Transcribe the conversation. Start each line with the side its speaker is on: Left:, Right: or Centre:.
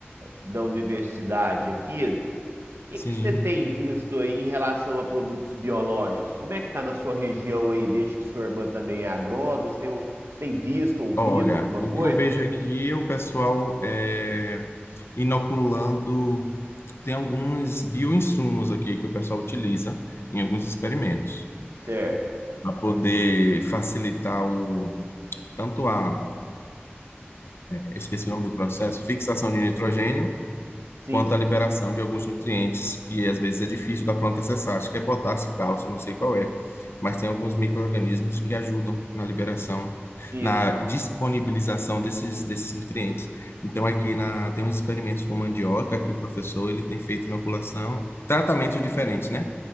Right: da universidade aqui? O que
Left: Sim.
Right: que você tem visto aí em relação a produtos biológicos? Como é que tá na sua região aí, desde que sua irmã também é agrônoma? Você tem, o- você tem visto, ouvido
Left: Olha,
Right: alguma coisa?
Left: o que eu vejo aqui é o pessoal é, inoculando. Tem alguns bioinsumos aqui que o pessoal utiliza em alguns experimentos
Right: Certo.
Left: para poder facilitar o tanto a, eu esqueci o nome do processo, fixação de nitrogênio
Right: Sim,
Left: quanto à liberação de alguns nutrientes que às vezes é difícil da planta acessar. Acho que é potássio, cálcio, não sei qual é, mas tem alguns micro-organismos que ajudam na liberação,
Right: isso.
Left: na disponibilização desses, desses nutrientes. Então aqui na, tem uns experimentos com mandioca que o professor ele tem feito inoculação, tratamentos diferentes, né?